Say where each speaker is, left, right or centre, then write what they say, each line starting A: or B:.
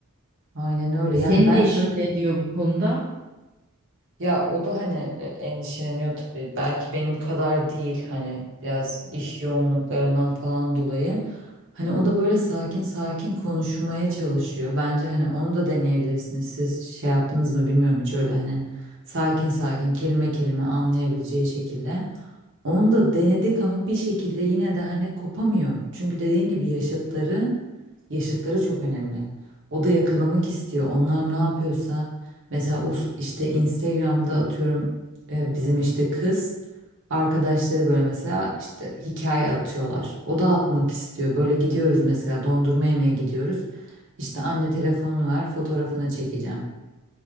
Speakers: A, on the right (about 60°); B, on the right (about 45°).
A: Aynen öyle.
B: Senin
A: Yani ben
B: eşin ne diyor bu konuda?
A: Ya o da hani e, endişeleniyor tabii. Belki benim kadar değil hani biraz iş yoğunluklarından falan dolayı. Hani o da böyle sakin sakin konuşmaya çalışıyor. Bence hani onu da deneyebilirsiniz. Siz şey yaptınız mı bilmiyorum hiç öyle hani sakin sakin kelime kelime anlayabileceği şekilde. Onu da denedik ama bir şekilde yine de hani kopamıyor. Çünkü dediğin gibi yaşıtları, yaşıtları çok önemli. O da yakalamak istiyor. Onlar ne yapıyorsa mesela o s- işte Instagram'da atıyorum e, bizim işte kız arkadaşları böyle mesela işte hikaye atıyorlar. O da atmak istiyor. Böyle gidiyoruz mesela dondurma yemeye gidiyoruz. İşte anne telefonunu ver fotoğrafını çekeceğim.